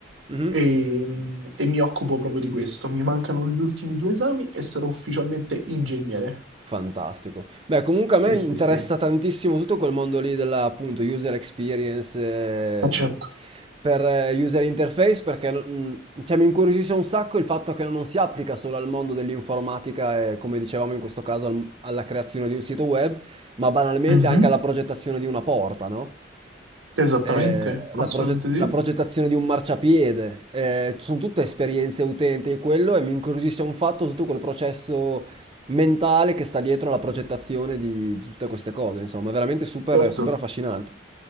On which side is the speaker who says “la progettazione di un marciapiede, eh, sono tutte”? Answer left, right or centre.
Right